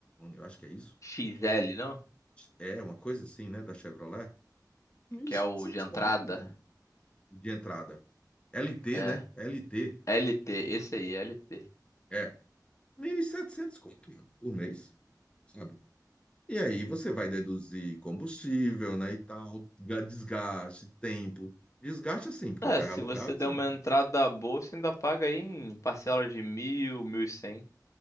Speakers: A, on the left (about 15°); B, on the left (about 45°).
A: eu acho que é isso.
B: XL, não?
A: É uma coisa assim, né, da Chevrolet. mil
B: Que
A: e setecentos
B: é o de entrada.
A: conto, mano, de entrada. LT,
B: É.
A: né? LT.
B: LT, esse aí, LT.
A: É. mil e setecentos conto, mano, por mês, sabe? E aí você vai deduzir combustível, né, e tal, ga- desgaste, tempo. Desgaste assim, porque
B: É,
A: o carro
B: se
A: é alugado,
B: você der
A: você
B: uma
A: não...
B: entrada boa, você ainda paga aí em parcelas de mil, mil e cem.